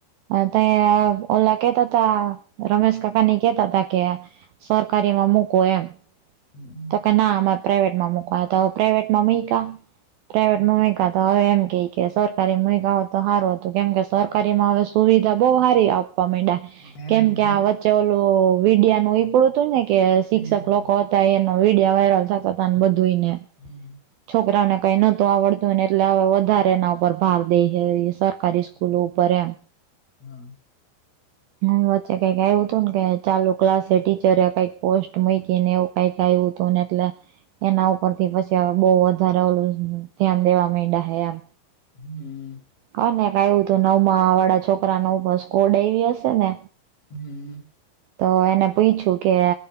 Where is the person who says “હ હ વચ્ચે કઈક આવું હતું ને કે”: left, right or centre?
Right